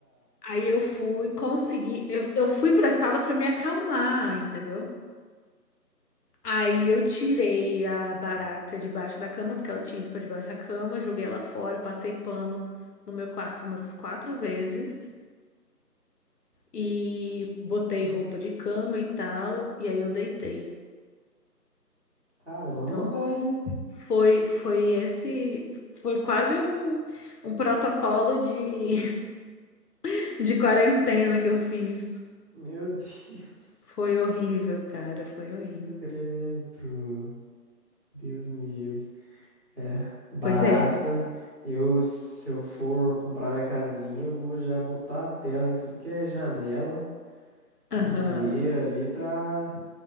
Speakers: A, on the left (about 70°); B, on the right (about 40°).
A: Aí eu fui conseguir, eu, eu fui pra sala pra me acalmar, entendeu? Aí eu tirei a barata debaixo da cama, porque ela tinha ido pra debaixo da cama, joguei ela fora, passei pano no meu quarto umas quatro vezes e botei roupa de cama e tal, e aí eu deitei.
B: Caramba,
A: Então,
B: velho.
A: foi foi esse foi quase um, um protocolo de, <laughs> de quarentena que eu fiz.
B: Meu <laughs> Deus.
A: Foi horrível, cara, foi horrível.
B: Credo. Deus me livre. É, barata.
A: Pois é.
B: Eu, se eu for comprar minha casinha, eu vou já botar a tela em tudo que é janela,
A: Aham.
B: no bueiro ali, pra